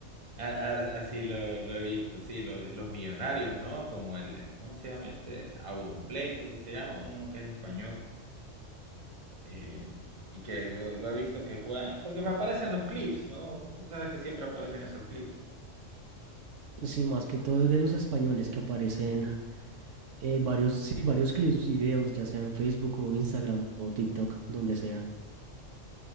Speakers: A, on the right; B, on the right.
A: A- a- Así lo, lo he visto, sí, lo- los millonarios, ¿no? Como el, el- ¿cómo se llama este? Auronplay, creo que se llama, uno que es español, eh, y que lo, lo he visto que juega, porque me aparecen los clips, ¿no? Vos sabes que siempre aparecen esos clips.
B: Sí, más que todo es de los españoles que aparecen eh, varios, sí, varios clips y videos, ya sea en Facebook o Instagram o TikTok, donde sea.